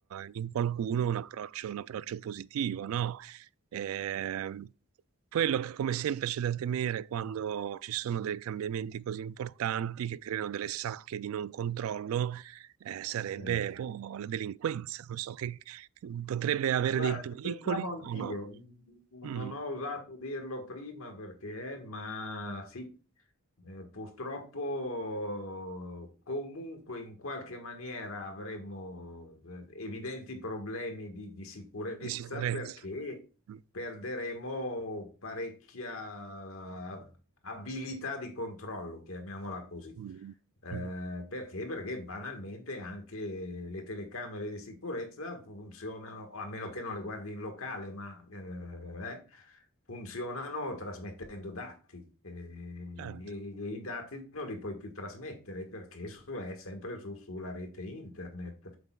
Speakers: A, on the right; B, on the left.
A: in qualcuno un approccio, un approccio positivo, no? Eh, quello che come sempre c'è da temere quando ci sono dei cambiamenti così importanti che creano delle sacche di non controllo eh, sarebbe
B: Eh, sì.
A: boh, la delinquenza, non so, che che potrebbe avere
B: Guarda,
A: dei pericoli
B: ci pensavo anch'io,
A: o no?
B: non
A: Mm,
B: ho osato dirlo prima perché, ma sì, eh, purtroppo comunque in qualche maniera avremo eh, evidenti problemi di, di sicurezza
A: di sicurezza.
B: perché
A: Mm,
B: perderemo parecchia eh, abilità di controllo, chiamiamola così.
A: mm,
B: Eh,
A: mm,
B: perché? Perché banalmente anche le telecamere di sicurezza funzionano, o a meno che non le guardi in locale, ma eh, eh, funzionano trasmettendo dati Eh, e,
A: certo.
B: e i dati non li puoi più trasmettere perché su- è sempre su- sulla rete internet.